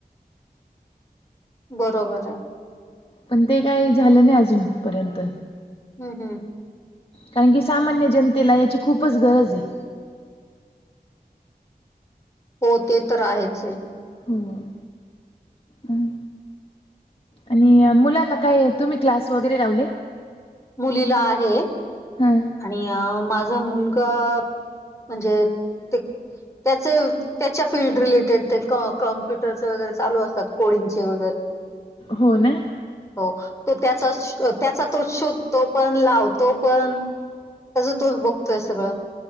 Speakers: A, on the left; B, on the left.
A: बरोबर हाय.
B: पण ते काय झालं नाही अजून, पर्यंत.
A: हम्मं हम्मं
B: कारणं की सामांन्य जनतेला यांची खूपचं गरजं आहे.
A: हो ते तरं आहेचं हे
B: हम्मं आं आणि मुलांना कायं तुम्हीं क्लांस वगैरें लावले
A: मुलीला आहे
B: हा
A: आणि माझां मुलंगा म्हणजे ते त्यांचे त्यांच्या फील्ड रिलेटेड ते कॉम्प्युटरंच वगैरें चालूं असतांत कोडिंगचे वगैरें.
B: होनां
A: हो तो त्यांचा त्यांचा तो शोधतो पणं लावतो पणं त्यांचं तोचं बघतोय सगळं.